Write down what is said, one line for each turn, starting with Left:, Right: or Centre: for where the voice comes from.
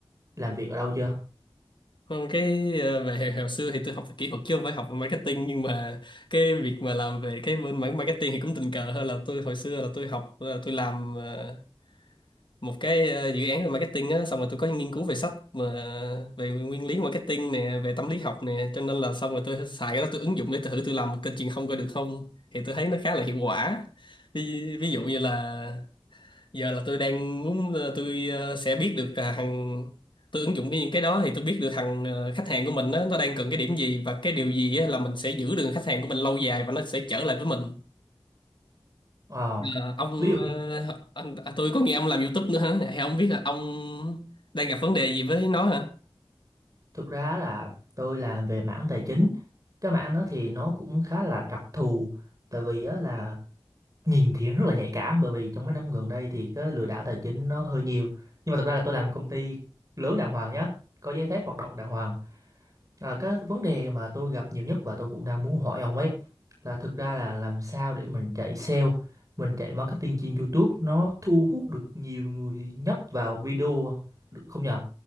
Right: làm việc ở đâu chưa?
Left: Còn cái ờ, về hồi xưa thì tôi học về kỹ thuật chứ không phải học về marketing nhưng mà cái việc mà làm về cái bên mảng marketing thì cũng tình cờ hơn là tôi hồi xưa là tôi học ờ, tôi làm ờ, một cái ờ, dự án về marketing á xong rồi tôi có nghiên cứu về sách mà về nguyên lý marketing nè về tâm lý học nè cho nên là xong rồi tôi xài cái đó tôi ứng dụng để tôi thử tôi làm một kênh truyền thông coi được không thì tôi thấy nó khá là hiệu quả ví, ví dụ như là giờ là tôi đang muốn ờ, tôi ờ, sẽ biết được là hàng tôi ứng dụng cái những cái đó thì tôi biết được hàng ờ, khách hàng của mình á nó đang cần cái điểm gì và cái điều gì á là mình sẽ giữ được khách hàng của mình lâu dài và nó sẽ trở lại với mình
Right: Ờ,
Left: Ờ, ông
Right: ví dụ
Left: ờ,
Right: như
Left: anh, à, tôi có nghe ông làm YouTube nữa hả? Hay ông biết là ông đang gặp vấn đề gì với nó hả?
Right: Thực ra là tôi làm về mảng tài chính. Cái mảng đó thì nó cũng khá là đặc thù tại vì á là nhìn thì rất là nhạy cảm bởi vì trong mấy năm gần đây thì cái lừa đảo tài chính nó hơi nhiều. Nhưng mà thực ra là tôi làm công ty lớn đàng hoàng nhá, có giấy phép hoạt động đàng hoàng. À, cái vấn đề mà tôi gặp nhiều nhất và tôi cũng đang muốn hỏi ông ấy là thực ra là làm sao để mình chạy sale, mình chạy marketing trên YouTube nó thu hút được nhiều người nhấp vào video được không nhờ?